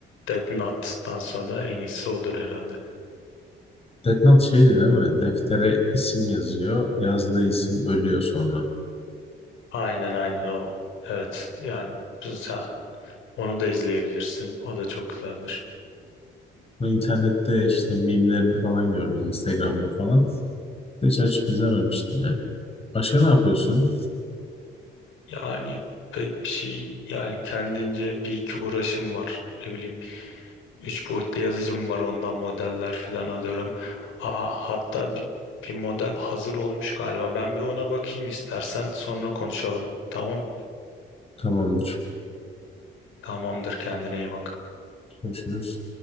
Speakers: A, on the left; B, on the left.
A: Death Note'dan sonra en iyisi odur herhalde.
B: Death Note şeydi değil mi? Deftere isim yazıyor. Yazdığı isim ölüyor sonra.
A: Aynen aynen o. Evet yani sen Onu da izleyebilirsin. O da çok güzeldir.
B: Bu internette işte mimlerini falan gördüm Instagram'da falan. Hiç açıp izlememiştim yani. Başka ne yapıyorsun?
A: Yani pek bir şey yani kendince bir iki uğraşım var. Ne bileyim üç boyutlu yazıcım var ondan modeller falan alıyorum. Aa, hatta bir, bir model hazır olmuş galiba. Ben bir ona bakayım istersen sonra konuşalım. Tamam mı?
B: Tamamdır.
A: Tamamdır kendine iyi bak.
B: Görüşürüz.